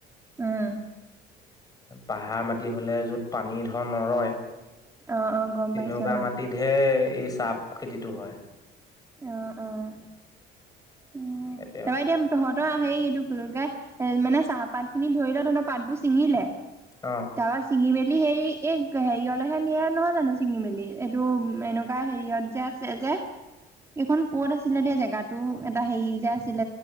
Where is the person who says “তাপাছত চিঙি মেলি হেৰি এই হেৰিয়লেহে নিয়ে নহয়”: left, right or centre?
Right